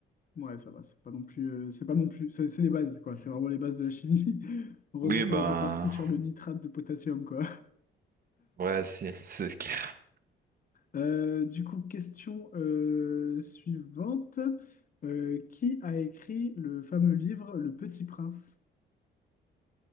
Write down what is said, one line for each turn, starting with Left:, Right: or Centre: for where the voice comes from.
Left: Ouais, ça va, c'est pas non plus, euh, c'est pas non plus, c'est c'est les bases, quoi. C'est vraiment les bases de la chimie. <laughs> Heureusement
Right: Oui,
Left: qu'on
Right: ben,
Left: n'est pas parti sur le nitrate de potassium, quoi.
Right: ouais, c'est c'est clair.
Left: Euh, du coup, question euh, suivante. Euh, qui a écrit le fameux livre Le Petit Prince?